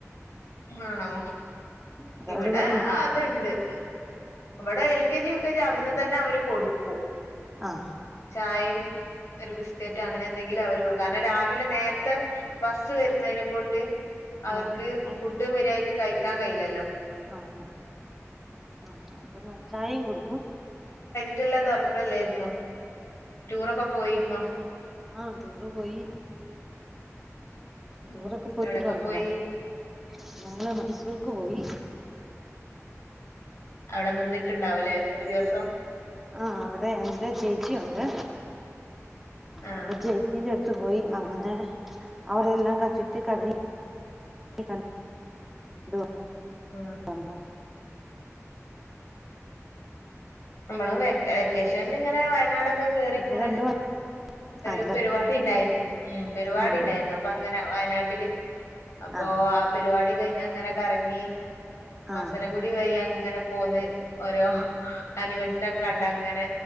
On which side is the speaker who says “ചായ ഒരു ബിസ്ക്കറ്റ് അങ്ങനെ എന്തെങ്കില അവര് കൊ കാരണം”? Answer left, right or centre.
Left